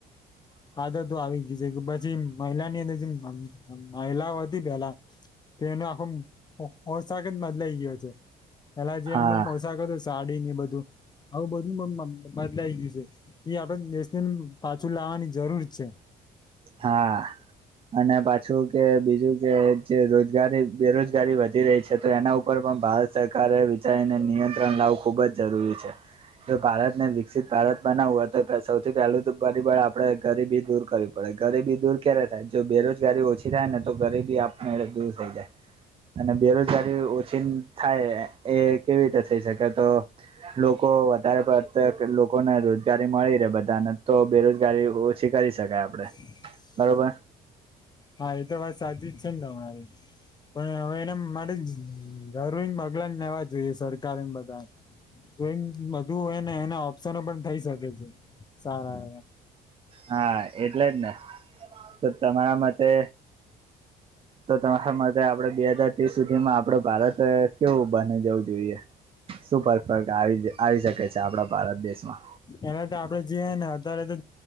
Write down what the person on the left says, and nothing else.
આદતો આવી ગઈ છે, કે પછી મહિલા ની અંદર જે મહિલાઓ હતી પહેલા તો એનો આખો ઓ ઓશાક જ બદલાઈ ગયો છે. પેલા જે
એમનું પોશાક હતું સાડીને એ બધું આવું બધું મમ બદલાઈ ગયું છે. ઈ આપન નેશન પાછું લાવવાની જરૂર છે.
<inaudible>
હા ઈ તો વાત સાચી જ છે ને તમારી. પણ હવે એના માટે જરૂરીન પગલા લાવવા જોઈએ સરકાર એ ને બધાએ. તોઈન બધું હોય એને એના ઓપ્શનો પણ થઈ શકે છે સારા એવા.
એના તો આપડે જે હે ના અતારે તો